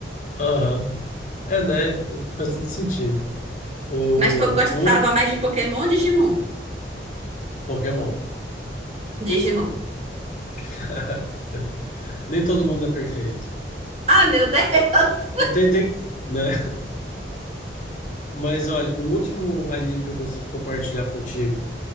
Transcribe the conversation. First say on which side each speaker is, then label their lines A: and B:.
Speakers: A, on the left; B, on the right.
A: aham. É, né? Faz todo sentido. O,
B: Mas tu gostava
A: o
B: mais de Pokémon ou Digimon?
A: Pokémon.
B: Digimon.
A: <laughs> Nem todo mundo é perfeito.
B: Ah, meu Deus!
A: Tem, tem, né? Mas olha, o último anime que eu gostaria de compartilhar contigo,